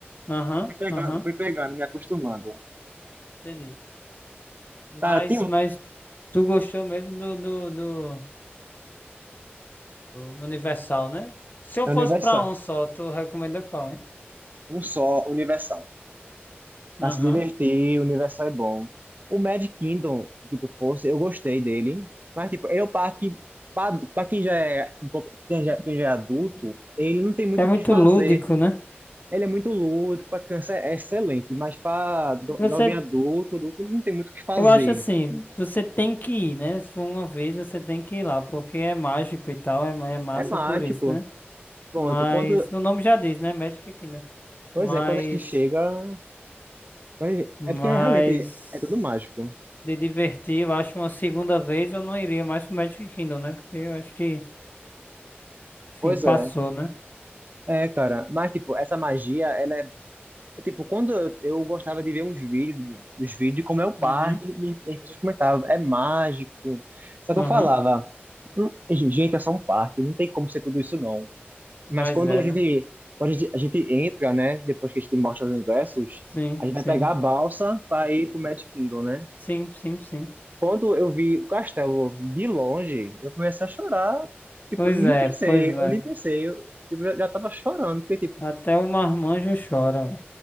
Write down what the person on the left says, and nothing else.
Aham,
aham.
Entendi. Mas,
mas tu gostou mesmo do, do, do, do Universal, né? Se eu
fosse
pra um só, tu recomenda qual, hein?
Aham.
É
muito
lúdico, né?
Você
Eu acho assim, você tem que ir, né? Se for uma vez, você tem que ir lá, porque é mágico e tal, é, ma- é massa
por isso, né?
Mas
o nome já diz, né? Magic Kingdom.
Mas,
mas
de divertir, eu acho uma segunda vez eu não iria mais pro Magic Kingdom, né? Porque eu acho que, enfim,
passou,
né?
Uhum,
uhum.
Mas
é,
né?
Sim,
sim,
sim, sim, sim.
Pois
é,
pois é.
Até o marmanjo chora, ué.